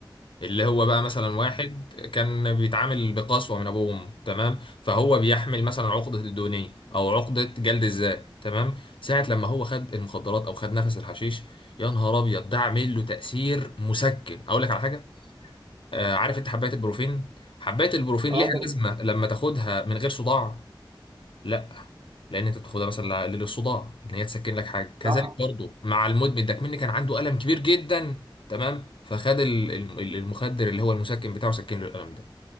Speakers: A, on the left; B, on the right.
A: اللي هو بقى مثلا واحد كان بيتعامل بقسوة من ابوه وامه تمام فهو بيحمل مثلا عقدة الدونية او عقدة جلد الذات تمام ساعة لما هو خد المخدرات او خد نفس الحشيش يا نهار ابيض ده عامل له تأثير مسكن اقول لك على حاجة آه عارف انت حباية البروفين حباية البروفين
B: اه
A: ليها
B: طبعا
A: لازمة لما تاخدها من غير صداع لا لان انت تاخدها مثلا للصداع ان هي تسكن لك حاجه مم. كذلك
B: صح
A: برضو مع المدمن ده كمان كان عنده الم كبير جدا تمام فخد ال- ال- المخدر اللي هو المسكن بتاعه سكن له الالم ده